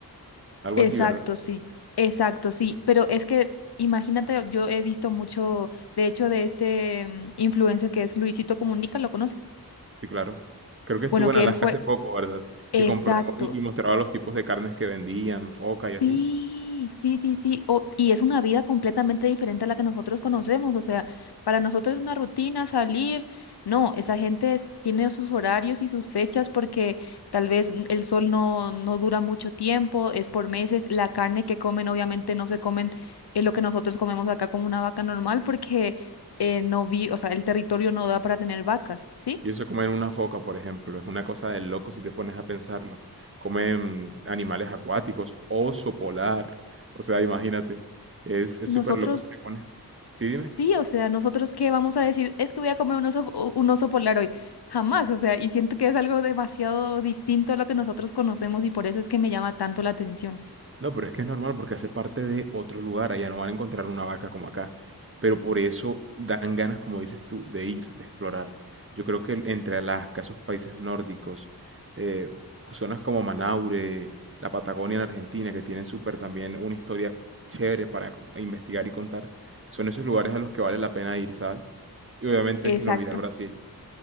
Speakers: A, on the right; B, on the left.
A: Algo
B: Exacto,
A: así, ¿verdad?
B: sí, exacto, sí, pero es que imagínate, yo he visto mucho, de hecho, de este mm, influencer que es Luisito Comunica, ¿lo conoces?
A: Sí, claro. Creo que estuvo
B: Bueno, que
A: en Alaska
B: él fue,
A: hace poco, ¿verdad? Que
B: exacto,
A: compró y, y mostraba los tipos de carnes que vendían, foca y así.
B: Sí, sí, sí, sí. O- y es una vida completamente diferente a la que nosotros conocemos. O sea, para nosotros es una rutina salir. No, esa gente es- tiene sus horarios y sus fechas porque tal vez n- el sol no, no dura mucho tiempo, es por meses. La carne que comen, obviamente, no se comen eh, lo que nosotros comemos acá como una vaca normal porque eh, no vi, o sea, el territorio no da para tener vacas, ¿sí?
A: Y eso comen una foca, por ejemplo, es una cosa de loco si te pones a pensarlo. Comen animales acuáticos, oso polar. O sea, imagínate. Es, es
B: Nosotros
A: súper loco si te pones. Sí, dime.
B: Sí, o sea, nosotros qué vamos a decir, es que voy a comer un oso, u- un oso polar hoy. Jamás, o sea, y siento que es algo demasiado distinto a lo que nosotros conocemos y por eso es que me llama tanto la atención.
A: No, pero es que es normal porque hace parte de otro lugar, allá no van a encontrar una vaca como acá, pero por eso dan ganas, como dices tú, de ir, de explorar. Yo creo que entre Alaska, esos países nórdicos, eh, zonas como Manaure, la Patagonia en Argentina, que tienen súper también una historia chévere para co- investigar y contar, son esos lugares a los que vale la pena ir, ¿sabes? Y obviamente
B: Exacto.
A: sin olvidar Brasil.